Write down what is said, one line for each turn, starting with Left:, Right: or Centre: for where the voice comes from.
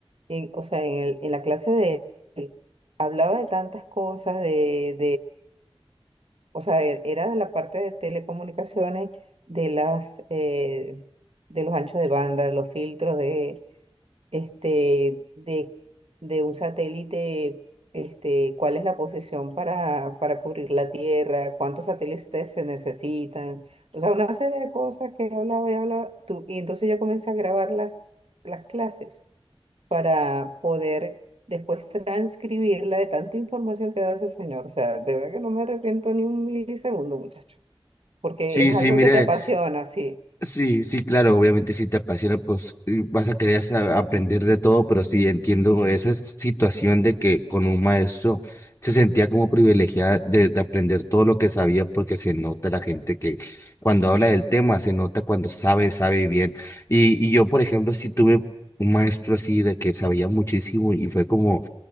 Right: en- o sea, en, el- en la clase de él, hablaba de tantas cosas, de, o sea, e- era de la parte de telecomunicaciones, de las, eh, de los anchos de banda, de los filtros de, este, de, de un satélite, este, cuál es la posición para, para cubrir la Tierra, cuántos satélites se necesitan, o sea, una serie de cosas que hablaba y hablaba tú, y entonces yo comencé a grabar las, las clases para poder después transcribirla de tanta información que da ese señor. O sea, de verdad que no me arrepiento ni un milisegundo, muchacho, porque
Left: Sí,
Right: es algo
Left: sí, mire.
Right: que te apasiona, sí,
Left: Sí, sí, claro, obviamente si te apasiona, pues eh, vas a querer sa- aprender de todo, pero sí entiendo esa s- situación de que con un maestro se sentía como privilegiada de, de aprender todo lo que sabía, porque se nota la gente que cuando habla del tema, se nota cuando sabe, sabe bien. Y, y yo, por ejemplo, sí tuve un maestro así de que sabía muchísimo y fue como